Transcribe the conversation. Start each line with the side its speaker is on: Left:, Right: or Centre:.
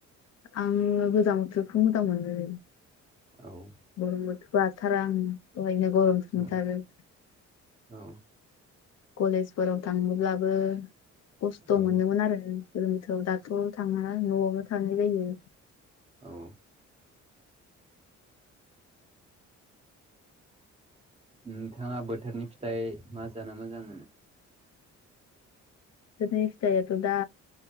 Left: आङो गोजां बोथोरखौ मोजां मोनो लै
Right: औ
Left: गरम बोथोरबा हाथारा आं सहायनो गरमसो
Right: औ
Left: मोनथारो
Right: औ
Left: कलेजफोराव थाङोब्लाबो खस्थ'
Right: औ
Left: मोनोमोन आरो जों गोलोम बोथोराव दाथ' थांला न'आवनो थांनाय जायो।
Right: औ नोंथाङा बोथोरनि फिथाइ मा जाना मोजां मोनो?
Left: बोथोरनि फिथायाथ' दा